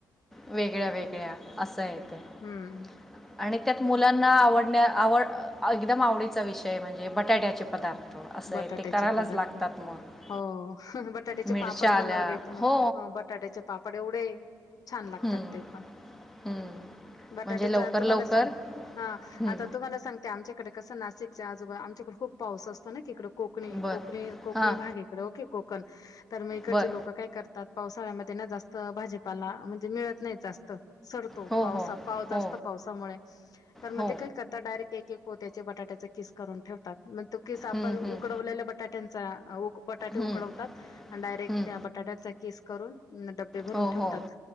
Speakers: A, in the centre; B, on the left.
A: वेगळ्या वेगळ्या असं येत आणि
B: हम्म
A: त्यात मुलां आवडण्या आवड एकदम आवडीचा विषय म्हणजे बटाट्याचे पदार्थ असं
B: बटाट्याचे
A: आहे ते करायलाच
B: पदार्थ
A: लागतात मग
B: हो बटाट्याचे
A: मिरच्या
B: पापड बनवले
A: आल्या
B: तर मग
A: हो
B: बटाट्याचे पापड एवढे खूप छान लागतात
A: हं,
B: ते पण
A: हं.
B: बटाट्याचा
A: म्हणजे लवकर
B: तुम्हाला
A: लवकर
B: सांग हा
A: हं,
B: आता तुम्हाला सांगते आमच्याकडे कसं नात च्याजबा आमच्याकडे खूप पाऊस असतो तीकड कोकणी
A: बर
B: कोक कोकणी
A: हां
B: भाग इकडे ओके को पण तर मग इकडचे
A: बर
B: लोक काय करतात पावसा सळ्यामध्ये ना जास्त भाजीपाला म्हणजे मिळत नाही जास्त सरतो
A: हो
B: पावसात
A: हो हो
B: जास्त पावसामुळे तर मग
A: हो
B: ते काही करता डायरेक्ट एक एक होत त्या बटाट्याचे किस करून ठेवतात किस आपण
A: हं,
B: उकडवलेल्या
A: हं,
B: बटाट्यांचा बटाटे
A: हं,
B: उकडवतात आणि डायरेक्ट
A: हं.
B: त्या बटाट्यांचा किस करून डबे भरून
A: हो
B: ठेवतात
A: हो